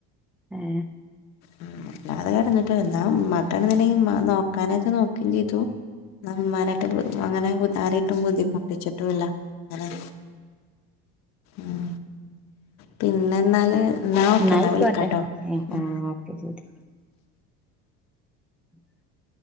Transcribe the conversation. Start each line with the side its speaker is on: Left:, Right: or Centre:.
Centre: ഏ
Left: ഉം അല്ലാതെ കെട്ന്നിട്ടോ എന്താ ഉമ്മാക്കണെങ്കി നോക്കാനച്ച നോക്കിം ചെയ്തു ന്നാ ഉമ്മനായിട്ട് അങ്ങനെ ആരെയിട്ടും ബുദ്ധിമുട്ടിച്ചിട്ടും ഇല്ല ഇങ്ങനെ ഉം പിന്നെ എന്നാല് എന്നാ ഓക്കെ
Centre: ന്നായിക്കോട്ടെ
Left: എന്നാ വിളിക്കാട്ടോ ഉം.
Centre: ആഹ് ഓക്കെ ശെരി. <inaudible>